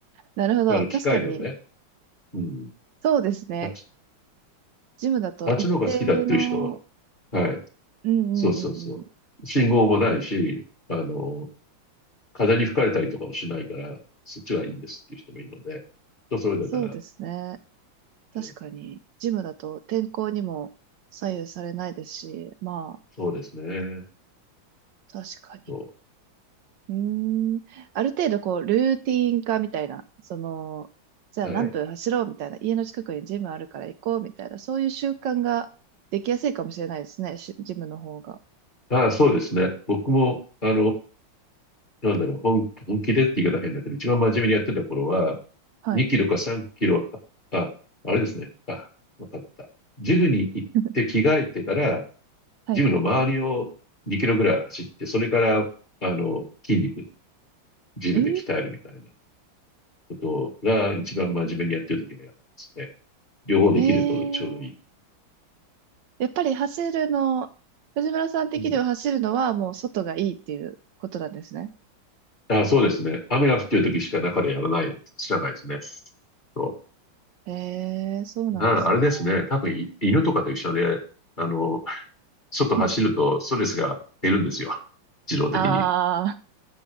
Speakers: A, on the right; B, on the left.
A: なるほど。
B: あの、
A: 確かに、
B: 機械だよね。うん。
A: そうですね。
B: あっち、
A: ジムだと一定の、
B: あっちの方が好きだっていう人は、はい。
A: うんうんうん
B: そうそうそう。信号もないし、あの、風に吹かれたりとかもしないから、そっちがいいんですっていう人もいるので、人それぞれだから、
A: そうですね。確かに、
B: えー
A: ジムだと天候にも左右されないですし、まあ、
B: そうですね。
A: 確かに。
B: そ
A: うーん。ある程度、こう、ルーティン化みたいな、その、じゃあ何分走ろうみたいな、
B: う。はい。
A: 家の近くにジムあるから行こうみたいな、そういう習慣ができやすいかもしれないですね、しジムの方が。
B: ああ、そうですね。僕も、あの、なんだろう、本、本気でって言い方変だけど、一番真面目にやってた頃は、
A: はい。
B: 2キロか3キロ、あ、あれですね。あ、わかった。ジムに行って着替えてから、
A: <laughs> はいはい。
B: ジムの周りを2キロぐらい走って、それから、あの、筋肉、ジムで鍛えるみたいな
A: え
B: ことが一番真面目にやってる時はやってますね。両方できるとちょうどいい。
A: ー、えー、やっぱり走るの、藤村さん的には走るのはもう外がいいっていうことなんですね。
B: うん。あ、そうですね。雨が降ってる時しか中でやらない、知らないですね。そ
A: ええ、そうなんですね。
B: う。なあれですね。多分い犬とかと一緒で、あの、外走るとストレスが減るんですよ。
A: <laughs>
B: 自動的に。
A: ああ、